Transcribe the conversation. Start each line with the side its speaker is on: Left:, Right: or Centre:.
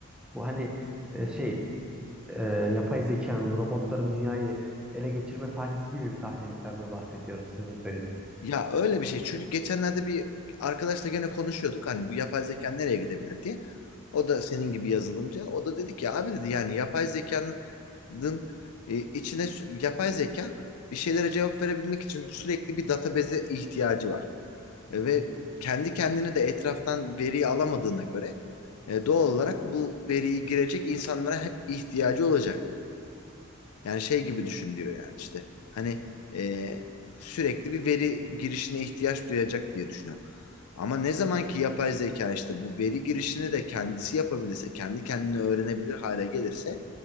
Centre: bu hani e, şey e, yapay zekanın, robotların dünyayı ele geçirme sahnesi gibi bir sahneden mi bahsediyoruz sizin söylediğiniz?
Left: Ya öyle bir şey. Çünkü geçenlerde bir arkadaşla gene konuşuyorduk. Hani bu yapay zeka nereye gidebilir diye. O da senin gibi yazılımcı. O da dedi ki abi dedi yani yapay zekanın e, içine sü- yapay zeka bir şeylere cevap verebilmek için sürekli bir database'e ihtiyacı var. E, ve
Centre: Hı hı.
Left: kendi kendine de etraftan veriyi alamadığına göre e, doğal olarak bu veriyi girecek insanlara hep ihtiyacı olacak. Yani şey gibi düşün diyor yani işte. Hani e, sürekli bir veri girişine ihtiyaç duyacak diye düşünüyor. Ama ne zaman ki yapay zeka işte bu veri girişini de kendisi yapabilirse, kendi kendini öğrenebilir hale gelirse